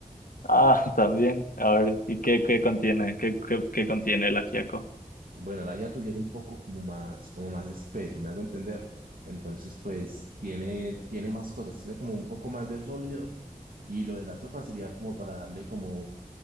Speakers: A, on the left; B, on the right.
A: Ah, <laughs> también. A ver, ¿y qué, qué contiene? ¿Qué, qué, qué contiene el ajiaco?
B: Bueno, el ajiaco sí es un poco como más, como más espeso, me hago entender. Entonces, pues tiene, tiene más cosas, tiene como un poco más de sólido y lo de la sopa sería como para darle como,